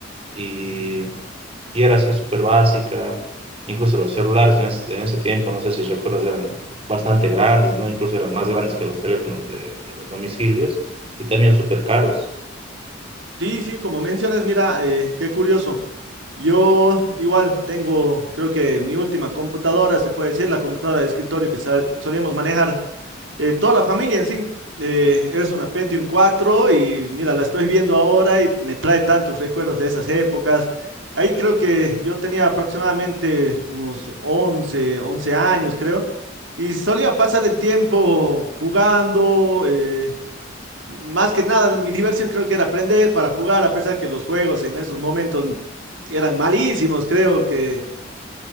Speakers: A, on the right; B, on the right.
A: Y, y era así súper básica, incluso los celulares en ese, en ese tiempo, no sé si recuerdas, eran bastante grandes, ¿no? Incluso eran más grandes que los teléfonos de, de los domicilios y también súper caros.
B: Sí, sí, como mencionas, mira, eh, qué curioso. Yo igual tengo, creo que mi última computadora, se puede decir, la computadora de escritorio que sal- solíamos manejar eh, toda la familia en sí. eh, es una Pentium cuatro y mira, la estoy viendo ahora y me trae tantos recuerdos de esas épocas. Ahí creo que yo tenía aproximadamente unos once, once años, creo, y solía pasar el tiempo jugando. eh, más que nada, mi diversión creo que era aprender para jugar, a pesar que los juegos en esos momentos eran malísimos, creo que